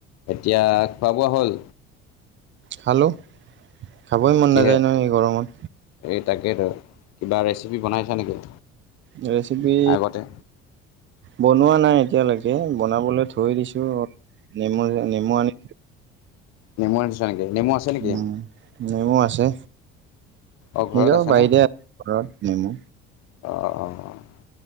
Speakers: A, on the left; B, on the right.
A: এতিয়া, খোৱা-বোৱা হ'ল?
B: খালোঁ। খাবই মন
A: কিহে
B: নাযায় নহয় এই গৰমত।
A: এই তাকেইটো। কিবা ৰেচিপি বনাইছা নেকি?
B: ৰেচিপি।
A: আগতে
B: বনোৱা নাই এতিয়ালৈকে, বনাবলৈ থৈ দিছোঁ। নেমু-নেমু আনি।
A: নেমু আনিছা নেকি? নেমু আছে। নেকি
B: উম, নেমু আছে।
A: অ', ঘৰত
B: নিজৰ
A: আছেনে?
B: বাৰীতে ঘৰত নেমু
A: অ', অ', অ'।